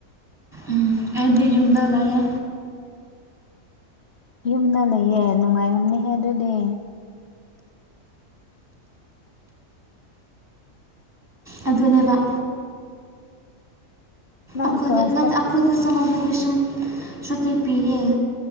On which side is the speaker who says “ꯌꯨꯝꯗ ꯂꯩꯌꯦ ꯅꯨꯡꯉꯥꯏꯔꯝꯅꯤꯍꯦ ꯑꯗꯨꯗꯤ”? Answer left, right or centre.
Left